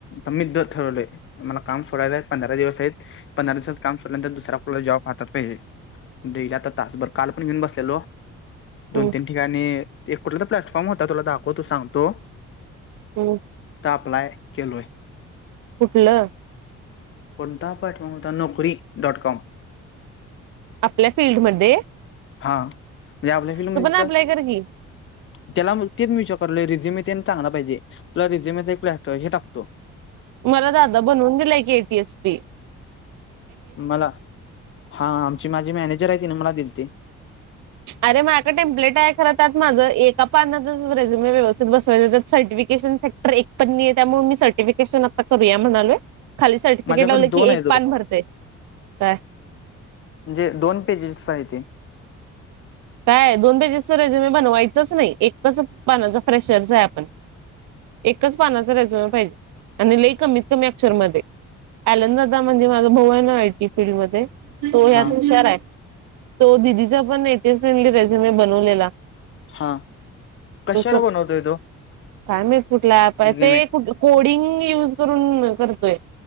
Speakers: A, on the left (about 45°); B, on the right (about 80°).
A: मी ठरवलय, मला काम सोडायला आहे पंधरा दिवस आहेत. पंधरा दिवसाच काम सुल्यानंतर दुसरा आपल्या जॉब हातात पाहिजे. डेईला आता तास बर काल पण घेऊन बसलेलो
B: हम्म,
A: दोन तीन ठिकाणी एक कुठ तर प्लॅटफॉर्म होता तुला दाखव तू सांगतो
B: ह
A: आ अप्लाय केलो आहे
B: कुठलं
A: कोणता पाठवणू होता नोकरी डॉट कॉम
B: आपल्या फीलल््डमध्ये.
A: हा म्हणजे आपल्या फिल्म तिथ.
B: अप्लाय कर की
A: त्याला मग तेच म्यूच करलं रझेमे चग पाहिजे पला रिझेमेचा एक पलॅटर हे टकतो.
B: मला दादा बनवून दिलाय की एटीएसी.
A: मला हा आमची माझी मॅनेजर आहे तिने मला दिल ते.
B: अरेझ टेम्प्ट आहे खरं त्यात माझं एका पानातच रेझ्युम व्यवस्थेत बसवायचंात सर्टिफिकेशन स. तर एक पण त्यामुळे मी सर्टिफिकेशन आता करूया म्हणालोय. खाली सर्टिफिकेट
A: माझ्याकडे
B: लावलं
A: दोन
B: की एक
A: आहे तो
B: पान
A: बघ
B: भरते काय.
A: म्हणजे दोन पेजेस आहे ते.
B: काय दोन पेजेस तर रेजु मी बनवायचंच नाही एकच पानाचं फ्रेशरच आहे आपण. एकाच पानाचा रेजव पाहिजे आणि लई कमीत कमी अक्षर मध्ये. अलंदादा म्हणजे माझा भाऊ आहे ना आयटी फीलडमध्ये. तो ह्यात
A: हा
B: हुशार आहे तो दिदीचा पण नटे फेंडली रेज मी बनवलेला
A: हा कशाला
B: तू
A: बनवतोय तो
B: कायम कुठला प
A: रिझ्युमे
B: ते कोडिंग युज करून करतोय.